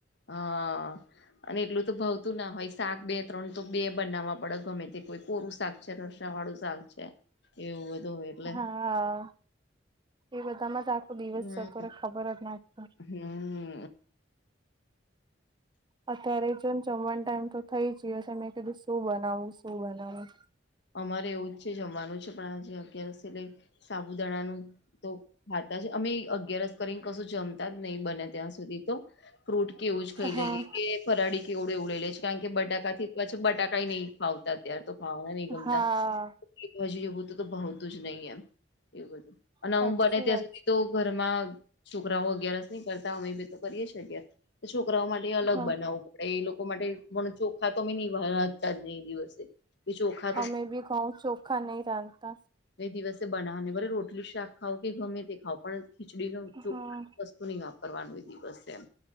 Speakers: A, on the left (about 65°); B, on the right (about 25°).
A: હા. અને એટલું તો ભાવતું ના હોય શાક બે ત્રણ તો બે બનાવવા પડે ગમે તે કોઈ કોરું શાક. રસાવાળું શાખ છે એવું બધું હોય. એટલે
B: હા એ બધામાં જ આખો દિવસ
A: હમ
B: જતો રે ખબર જ નાખ.
A: હમ. <inaudible>
B: અત્યારે જો જમવાનું ટાઈમ તો થઈ જયો છે મેં કીધું શું બનાવું શું બનાવું.
A: અમારે એવું જ છે જમવાનું છે પણ આજે અગિયારસ છે એટલે. સાબુદણાનુંતો ખાતા છે અમે અગિયાર કરીને કશું જમતા જ નહી બને ત્યાં સુધી તો. ફ્રૂટ કેવું જ ખાઈ
B: હા
A: લઈએ કે ફરાળડી કેવડું એવું લઈ લઈ છે કારણ કે બટાકાથી કછ બટાકાઈ નહી ખાવત અર તો ખાવાના નહી ગમતા
B: હા
A: હજીવું તો તો બતું જ નહીિ એમ એવું બધું- અને
B: સાચી
A: હું બને ત્યાં
B: વાત
A: સુધી તો ઘરમાં છોકરાઓ અગિયારસ નહી કરતા અમે બ તો કરીએ અગયાર તો છોકરાઓ માટે- અલગ
B: છે હા
A: બનાવવું પડે એ લોકો માટે ચોખા તોમેં નહીતા જ ને એ દિવસે કે ચોખા. તો
B: અમે ભી ઘઉં ચોખા નહી રાંધતા.
A: એ દિવસે બનાવવાને ભલે રોટલી શાક ખાાવ કે ગમે તે ખાઓ પણ. ખીચડી ન ચોખ
B: હા
A: વસ્તુ નહી વાપરવાનું દિવસે એમ.